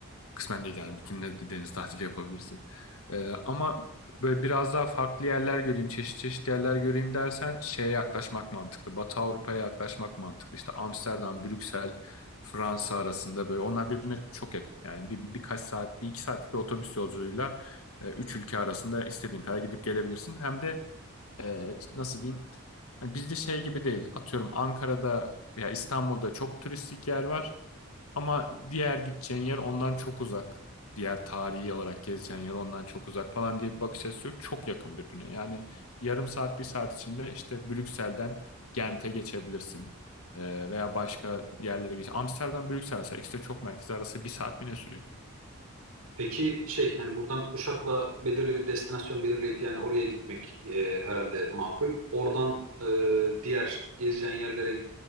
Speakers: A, on the left; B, on the right.
A: Kısmen değil yani bütün de- deniz tatili yapabilirsin. Ee, ama böyle biraz daha farklı yerler göreyim, çeşit çeşit yerler göreyim dersen şeye yaklaşmak mantıklı. Batı Avrupa'ya yaklaşmak mantıklı. İşte Amsterdam, Brüksel, Fransa arasında böyle onlar birbirine çok yakın. Yani bir, birkaç saat, bir iki saatlik bir otobüs yolculuğuyla e, üç ülke arasında istediğin kadar gidip gelebilirsin. Hem de e, nasıl diyeyim? Hani bizde şey gibi değil. Atıyorum Ankara'da veya İstanbul'da çok turistik yer var. Ama diğer gideceğin yer ondan çok uzak. Diğer tarihi olarak gezeceğin yer ondan çok uzak falan diye bir bakış açısı yok. Çok yakın birbirine. Yani yarım saat, bir saat içinde işte Brüksel'den Gent'e geçebilirsin. Ee, veya başka yerlere geç. Amsterdam, Brüksel mesela ikisi de çok merkez arası bir saat mi ne sürüyor?
B: Peki şey hani buradan uçakla belirli bir destinasyon belirleyip yani oraya gitmek e, herhalde makul. Oradan e, diğer gezeceğin yerlere